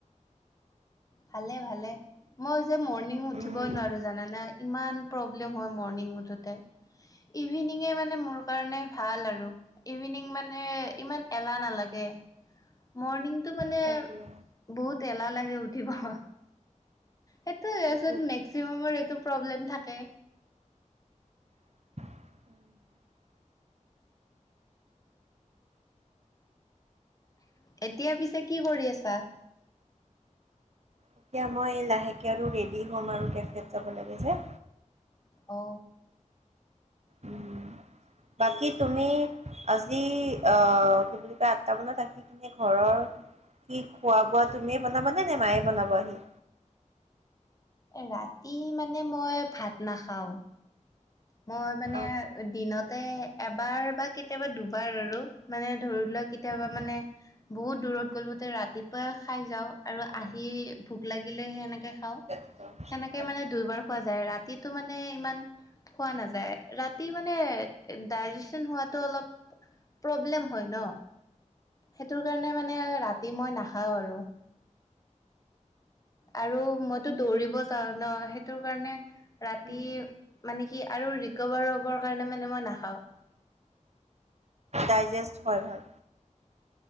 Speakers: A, on the left; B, on the right.
A: ভালে ভালে মই যে মৰ্ণিং উঠিবই
B: উম
A: নোৱাৰো জানে ইমান প্ৰব্লেম হয় মৰ্ণিং উঠোতে ইভিনিঙে মানে মোৰ কাৰণে ভাল আৰু ইভিনিং মানে ইমান এলাহ নালাগে মৰ্ণিং টো মানে
B: সেইটোৱে
A: বহুত এলাহ লাগে উ কি ৱাহ সেইটোছত
B: সেইটোৱেতো
A: মেকচিমামৰ এইটো প্ৰব্লেম থাকে
B: উম
A: এতিয়া পিছে কি কৰি আছা
B: এতিয়া মই লাহেকৈ আৰু ৰেডী হ'ম আৰু কেফেত যাব লাগে যে
A: অ
B: উম বাকী তুমি আজি আহ কি বুলি কয় আঠটা মানত আহি কিনে ঘৰৰ কি খোৱা বোৱা তুমিয়ে বনাবানে নে মায়ে বনাবাহি
A: ৰাতি মানে মই ভাত নাখাওঁ মই মানে
B: আচ্ছা
A: দিনতে এবাৰ বা কেতিয়াবা দুবাৰ আৰু মানে ধৰি লোৱাক কেতিয়াবা
B: উম
A: মানে বহুত দূৰত গ'লোতে ৰাতিপুৱাই খাই যাওঁ। আৰু
B: অ
A: আহি ভোক লাগিলে সেনেকে খাওঁ।
B: সেইটোৱে
A: সেনেকে মানে দুইবাৰ খোৱা যায় ৰাতিটো মানে ইমান খোৱা নাযায় ৰাতি মানে দাই জেছন হোৱা টো অলপ প্ৰব্লেম হৈ ন। সেইটো কাৰণে মানে ৰাতি মই না খাওঁ আৰু। আৰু মইতো দৌৰিব যাওঁ। ন সেইটোৰ কাৰণে ৰাতি
B: উম,
A: মানে কি আৰু কভাৰ হ'বৰ কাৰণে মানে মই নাখাওঁ।
B: ডাইজেষ্ট হয় ভাল।